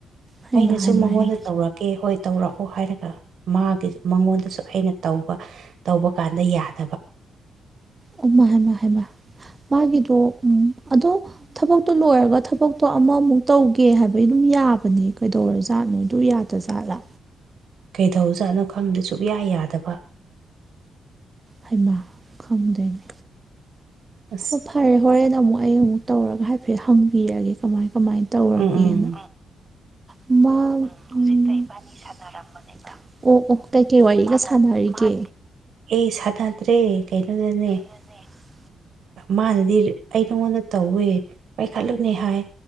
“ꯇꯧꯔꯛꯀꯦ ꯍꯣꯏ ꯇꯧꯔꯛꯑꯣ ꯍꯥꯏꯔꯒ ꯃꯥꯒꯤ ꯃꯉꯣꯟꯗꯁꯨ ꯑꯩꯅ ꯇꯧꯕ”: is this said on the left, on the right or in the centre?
Right